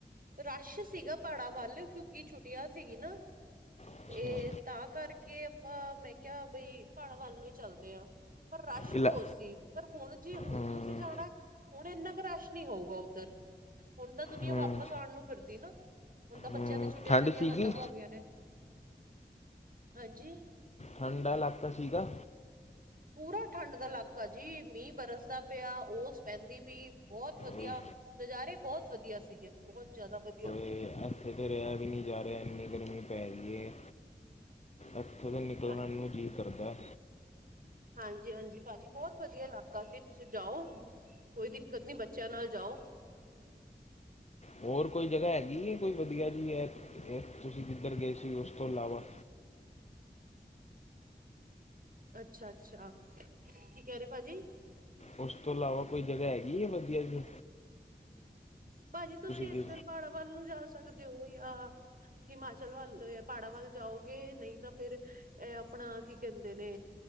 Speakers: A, on the right; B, on the left.
A: ਰਸ਼ ਸੀਗਾ, ਪਾੜਾਂ ਵੱਲ ਕਿਉਂਕਿ ਛੁੱਟੀਆਂ ਸੀਗੀ ਨਾ
B: ਅੱਛਾ,
A: ਤੇ ਤਾਂ ਕਰਕੇ ਆਪਾਂ ਮੈਂ ਕਿਹਾ ਬਈ ਪਾੜਾ ਵੱਲ ਨੂੰ ਚੱਲਦੇ ਹਾਂ ਪਰ ਰਸ਼
B: ਇਲਾ
A: ਬਹੁਤ ਸੀ, ਪਰ ਹੁਣ ਜੇ ਹੁਣ
B: ਹਮ
A: ਤੁਸੀਂ ਜਾਣਾ ਹੁਣ ਇੰਨਾ ਕੁ ਰਸ਼ ਨਹੀਂ ਹੋਊਗਾ, ਉੱਧਰ ਹੁਣ ਤਾਂ ਦੁਨੀਆਂ
B: ਹਮ
A: ਵਾਪਸ ਆਉਣ ਨੂੰ ਫਿਰਦੀ ਨਾ ਹੁਣ ਤਾਂ ਬੱਚਿਆਂ
B: ਹਮ
A: ਦੀ ਛੁੱਟੀਆਂ
B: ਠੰਡ
A: ਛਾੱਟੀਆਂ
B: ਸੀਗੀ
A: ਖਤਮ ਹੋ ਗਈਆਂ ਨੇ, ਹਾਂਜੀ
B: ਠੰਡਾ ਇਲਾਕਾ ਸੀਗਾ
A: ਪੂਰਾ ਠੰਡ ਦਾ ਇਲਾਕਾ ਜੀ ਮੀਂਹ ਬਰਸਦਾ ਪਿਆ ਔਰਸ ਪੈਂਦੀ ਪਈ ਬਹੁਤ ਵਧੀਆ
B: ਓਏ
A: ਨਜ਼ਾਰੇ ਬਹੁਤ ਵਧੀਆ ਸੀਗੇ ਬਹੁਤ ਜ਼ਿਆਦਾ ਵਧੀਆ
B: <unintelligible> ਇੱਥੇ ਤਾਂ ਰਿਹਾ ਵੀ ਨਹੀਂ ਜਾ ਰਿਹਾ ਇੰਨੀ ਗਰਮੀ ਪੈ ਰਈ ਹੈ ਅੱਥੋਂ ਦਾ ਨਿਕਲਣ
A: ਹਾਂਜੀ
B: ਨੂੰ ਜੀ ਕਰਦਾ
A: ਹਾਂਜੀ-ਹਾਂਜੀ ਭਾਜੀ ਬਹੁਤ ਵਧੀਆ ਇਲਾਕਾ ਸੀ ਤੁਸੀਂ ਜਾਓ ਕੋਈ ਦਿੱਕਤ ਨਹੀਂ ਬੱਚਿਆਂ ਨਾਲ ਜਾਓ
B: ਹੋਰ ਕੋਈ ਜਗ੍ਹਾ ਹੈਗੀ ਹੈ ਕੋਈ ਵਧੀਆ ਜੀ ਹੈ ਇਹ ਤੁਸੀਂ ਕਿੱਧਰ ਗਏ ਸੀ ਉਸ ਤੋਂ ਇਲਾਵਾ
A: ਅੱਛਾ-ਅੱਛਾ ਕੀ ਕਹਿ ਰਹੇ ਭਾਜੀ
B: ਉਸ ਤੋਂ ਇਲਾਵਾ ਕੋਈ ਜਗ੍ਹਾ ਹੈਗੀ ਆ ਵਧੀਆ ਜਿਹੀ
A: ਭਾਜੀ ਤੁਸੀਂ
B: ਗਏ
A: ਇੱਧਰ ਪੜਾਂ ਵੱਲ ਨੂੰ ਜਾ ਸਕਦੇ ਹੋ ਜਾਂ ਹਿਮਾਚਲ ਵੱਲ ਪਹਾੜਾਂ ਵੱਲ ਜਾਓਗੇ ਨਹੀਂ ਤਾਂ ਫਿਰ - ਇਹ ਆਪਣਾ ਕੀ ਕਹਿੰਦੇ ਨੇ